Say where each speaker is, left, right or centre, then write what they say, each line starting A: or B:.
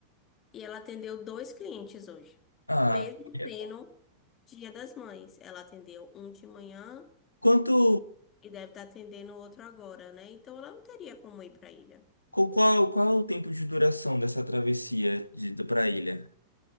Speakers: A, on the left; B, on the left.
A: E ela atendeu dois clientes hoje.
B: Ah,
A: Mesmo
B: é.
A: sendo Dia das Mães. Ela atendeu um de manhã
B: Quanto.
A: e, e deve estar atendendo outro agora, né? Então ela não teria como ir para a ilha.
B: Qual, qual qual é o tempo de duração dessa travessia de, para a ilha?